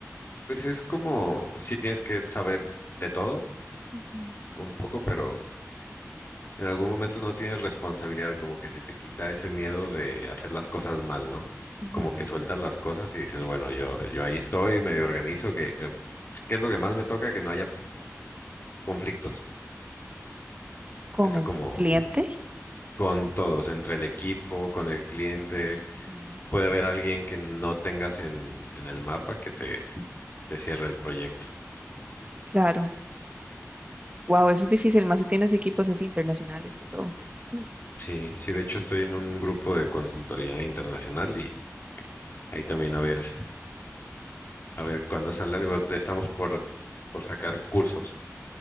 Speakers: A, on the left; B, on the right.
A: Pues es como, sí tienes que saber de todo
B: Ujú.
A: un poco, pero en algún momento no tienes responsabilidad, como que se te quita ese miedo de hacer las cosas mal, ¿no?
B: Ujú.
A: Como que sueltas las cosas y dices, bueno, yo, yo ahí estoy, medio organizo, que, eh, ¿qué es lo que más me toca? Que no haya conflictos.
B: ¿Con
A: Es
B: el
A: como
B: cliente?
A: con todos, entre el equipo, con el cliente.
B: Mm, mm,
A: Puede haber alguien que no tengas en, en el mapa que te, te cierre el proyecto.
B: Claro. Wow, eso es difícil, más si tienes equipos así internacionales y todo. <laughs>
A: Sí, sí, de hecho estoy en un grupo de consultoría internacional y ahí también a ver, a ver cuando sale algo, te- estamos por, por sacar cursos.